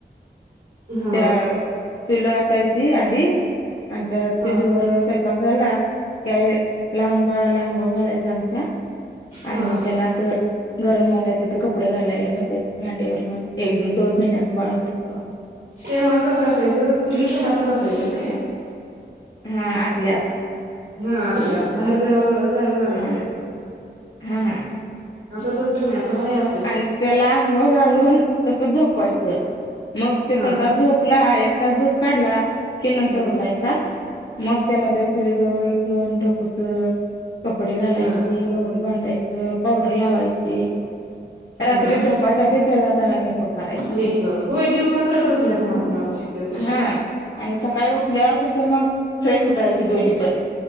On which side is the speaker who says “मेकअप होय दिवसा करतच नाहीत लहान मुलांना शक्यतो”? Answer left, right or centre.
Right